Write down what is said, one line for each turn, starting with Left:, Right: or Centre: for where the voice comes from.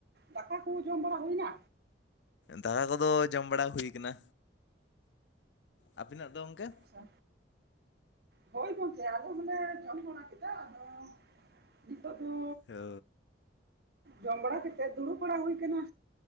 Right: ᱫᱟᱠᱟ ᱠᱚ ᱡᱚᱢ ᱵᱟᱲᱟ ᱦᱩᱭᱱᱟ?
Left: ᱫᱟᱠᱟ ᱠᱚᱫᱚ ᱡᱚᱢ ᱵᱟᱲᱟ ᱦᱩᱭ ᱠᱟᱱᱟ, ᱟᱵᱮᱱᱟᱜ ᱫᱚ ᱜᱚᱝᱠᱮ?
Right: ᱪᱷᱟ, ᱦᱳᱭ ᱜᱚᱝᱠᱮ ᱟᱞᱮ ᱦᱚᱞᱮ ᱡᱚᱢ ᱵᱟᱲᱟ ᱠᱮᱫᱟ ᱟᱫᱚ ᱱᱤᱛᱚᱜ ᱫᱚ
Left: ᱚ
Right: ᱡᱚᱢ ᱵᱟᱲᱟ ᱠᱟᱛᱮᱜ ᱫᱩᱲᱩᱵ ᱵᱟᱲᱟ ᱦᱩᱭ ᱠᱟᱱᱟ᱾